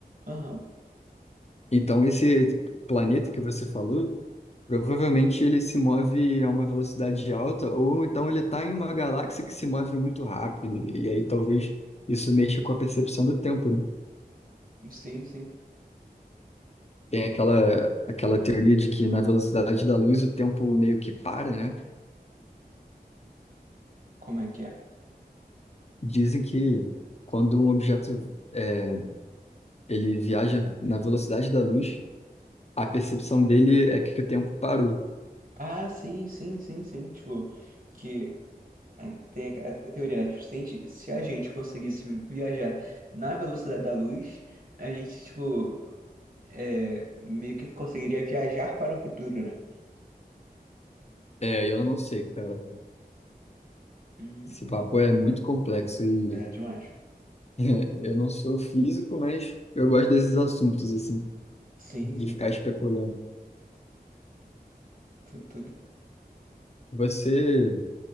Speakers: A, on the right (about 60°); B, on the left (about 40°).
A: Aham,
B: Então, esse planeta que você falou. Provavelmente ele se move a uma velocidade alta, ou então ele está em uma galáxia que se move muito rápido, e aí talvez isso mexa com a percepção do tempo, né?
A: sim, sim.
B: Tem aquela, aquela teoria de que na velocidade da luz o tempo meio que para, né?
A: Como é que é?
B: Dizem que quando um objeto é, ele viaja na velocidade da luz, a percepção dele é que o tempo parou.
A: Ah, sim, sim, sim, sim. Tipo, que é, tem a, a teoria, né? Tipo, se a gente, se a gente conseguisse viajar na velocidade da luz, a gente, tipo, é, meio que conseguiria viajar para o futuro, né?
B: É, eu não sei, cara.
A: Uhum.
B: Esse papo é muito complexo e
A: É demais.
B: <laughs> eu não sou físico, mas eu gosto desses assuntos, assim.
A: Sim,
B: de
A: sim.
B: ficar especulando.
A: Tu- Tudo,
B: Você